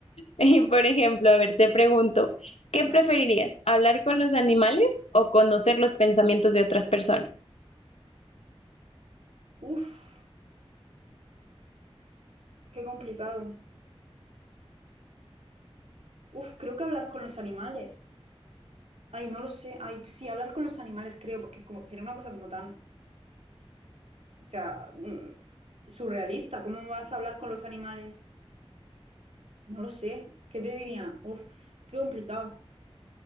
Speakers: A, on the left; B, on the right.
A: Y por ejemplo, a ver, te pregunto, ¿qué
B: Vale.
A: preferirías? ¿Hablar con los animales o conocer los pensamientos de otras personas?
B: Uf, qué complicado. Uf, creo que hablar con los animales. Ay, no lo sé. Ay, sí, hablar con los animales creo, porque es como, sería una cosa como tan, o sea, mm, surrealista. ¿Cómo vas a hablar con los animales? No lo sé. ¿Qué te diría? Uf, qué complicado.